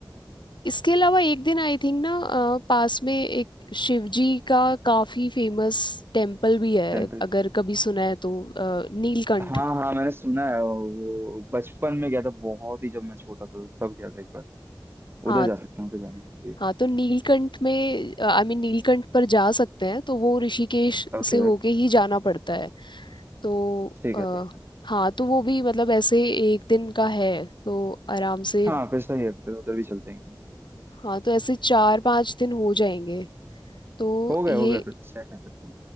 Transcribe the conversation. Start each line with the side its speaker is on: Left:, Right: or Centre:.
Left: इसके अलावा एक दिन आई थिंक ना अ, पास में एक शिव जी का काफी फेमस टेम्पल भी है
Right: टेम्पल
Left: अगर कभी सुना है तो अ, नीलकंठ
Right: हाँ हाँ मैंने सुना है वो वो बचपन में गया था बहुत ही जब मैं छोटा था तब गया था एक बार
Left: हाँ
Right: उधर जा सकते हैं उधर जाने में कभी
Left: हाँ तो नीलकंठ में आई मीन नीलकंठ पर जा सकते हैं तो वो ऋषिकेश
Right: ओके
Left: से होके ही जाना पड़ता है तो
Right: ठीक
Left: आ,
Right: है ठीक है
Left: हाँ तो वो भी मतलब ऐसे एक दिन का है तो आराम से
Right: हाँ फिर सही है फिर उधर भी चलते हैं एक दिन
Left: हाँ तो ऐसे चार पांच दिन हो जाएंगे तो
Right: हो गए
Left: ये
Right: हो गए फिर तो सेट है फिर तो